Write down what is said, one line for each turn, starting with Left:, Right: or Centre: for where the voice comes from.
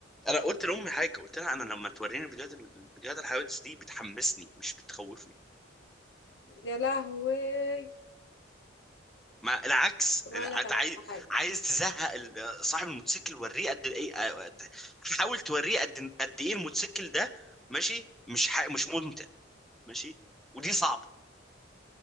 Centre: انا قلت لامي حاجه قلت لها انا لما توريني فيديوهات فيديوهات الحوادث دي بتحمسني مش بتخوفني
Left: يا لهوي
Centre: ما العكس
Left: طب
Centre: انت
Left: أنا أقولك على
Centre: عايز
Left: حاجة
Centre: عايز تزهق ال- صاحب الموتوسيكل وريه قد ايه حاول توريه قد قد ايه الموتوسيكل ده ماشي مش ح... مش ممتع ماشي ودي صعبه